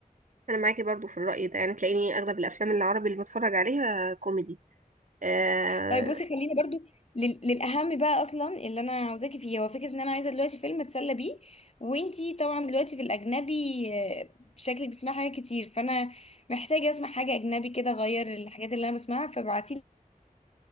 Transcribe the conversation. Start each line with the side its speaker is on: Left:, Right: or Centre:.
Right: انا معاكي برضو في الراي ده يعني تلاقيني اغلب الافلام العربي اللي بتفرج عليها كوميدي آه
Left: طيب بصي خليني برضو لل... للاهم بقى اصلا اللي انا عاوزاكي فيه هو فكره ان انا عايزه دلوقتي فيلم اتسلى بيه وانتي طبعا دلوقتي في الاجنبي آه، شكلك بتسمعي حاجات كتير فانا محتاجه اسمع حاجه اجنبي كده اغير الحاجات اللي انا بسمعها فابعتيلي